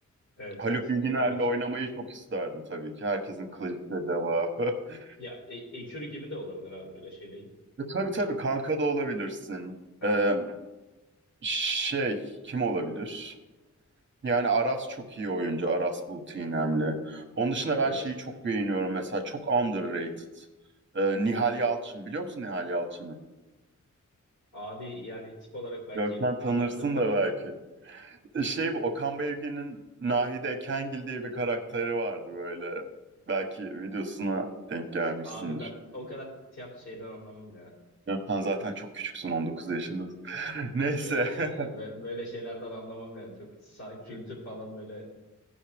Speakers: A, on the left (about 60°); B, on the right (about 40°).
A: Evet
B: Haluk
A: evet
B: Bilginer'le
A: bir erke
B: oynamayı çok isterdim tabii ki. Herkesin clinch'te devamı. <laughs>
A: ya e ekürü gibi de olabilir abi öyle şey değil.
B: E, tabii tabii kanka da olabilirsin.
A: Aha,
B: Ee, şey kim olabilir? Yani Aras çok iyi oyuncu. Aras Bulut İynemli. Onun dışında ben
A: evet.
B: şeyi çok beğeniyorum mesela. Çok underrated. Ee, Nihal Yalçın. Biliyor musun Nihal Yalçın'ı?
A: Abi yani tip olarak belki
B: Görsen tanırsın
A: çıkartabilirim.
B: da belki. Şey bu Okan Bayülgen'in Nahide Kengil diye bir karakteri vardı böyle. Belki videosuna denk gelmişsindir.
A: Abi ben o kadar tiyatro şeyden anlamam ya.
B: Ya Sen zaten çok küçüksün 19 yaşındasın. <laughs> Neyse.
A: Ee,
B: <laughs>
A: bö- böyle şeylerden anlamam yani. Çok sa- kültür falan böyle